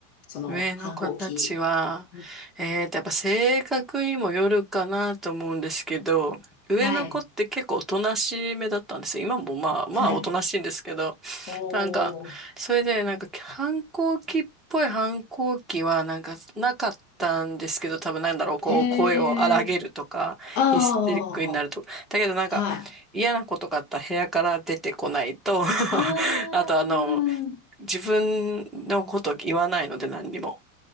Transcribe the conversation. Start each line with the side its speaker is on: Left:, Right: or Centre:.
Left: その反抗期。
Centre: 上の子たちは、
Left: うん
Centre: えーと、やっぱ性格にもよるかなと思うんですけど、上の子って結構おとなしめだったんですよ。
Left: はい、
Centre: 今もまあまあおとなしいんですけど、
Left: はい。おー、
Centre: なんか、それで、なんか、反抗期っぽい反抗期は、なんか、なかったんですけど、多分なんだろう、こう、
Left: へ
Centre: 声を荒げるとか、
Left: ー、あ
Centre: ヒステリックになるとか。だけど、なんか、
Left: ー、はい。
Centre: 嫌なことがあったら部屋から出てこないと
Left: あー、
Centre: <laughs> あと、あの、自分のこと言わないので、何にも。